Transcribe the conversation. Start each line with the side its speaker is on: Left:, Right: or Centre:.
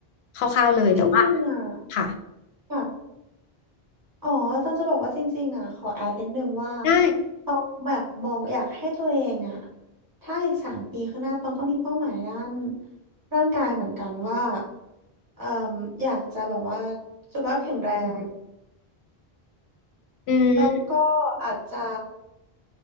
Left: คร่าวๆเลย
Right: จริงๆอ่ะ
Left: แต่ว่าค่ะ
Right: อ่ะอ๋อตอนจะบอกว่าจริงๆอ่ะขอแอดนิดนึงว่า
Left: ได้
Right: ตองแบบมองอยากให้ตัวเองอ่ะถ้าอีกสามปีข้างหน้าตองก็มีเป้าหมายด้านร่างกายเหมือนกันว่าเอ่มอยากจะแบบว่าสุขภาพแข็งแรง
Left: อืม
Right: แล้วก็อาจจะ